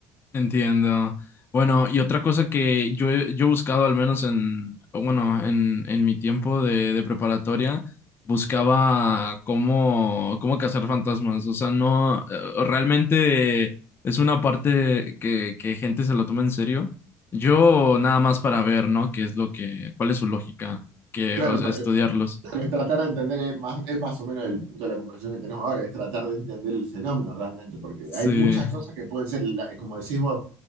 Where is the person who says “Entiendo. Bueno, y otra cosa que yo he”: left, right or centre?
Left